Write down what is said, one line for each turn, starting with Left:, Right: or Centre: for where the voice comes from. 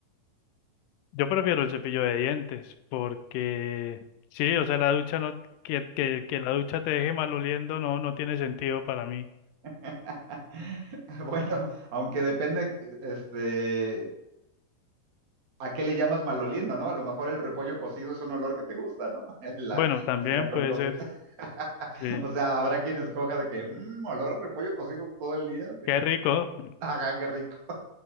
Left: Yo prefiero el cepillo de dientes porque sí, o sea, la ducha no, que, que, que la ducha te deje maloliendo no, no tiene sentido para mí.
Right: <laughs> Bueno, aunque depende, este, ¿A qué le llamas maloliendo, no? A lo mejor el repollo cocido es un olor que te gusta, ¿no? <laughs> La-
Left: Bueno, también
Right: así la col
Left: puede
Right: cocida.
Left: ser,
Right: <laughs>
Left: sí.
Right: O sea, habrá quien escoja de que, mmm, olor a repollo cocido todo el día. De,
Left: Qué rico.
Right: <laughs> ajá, qué rico.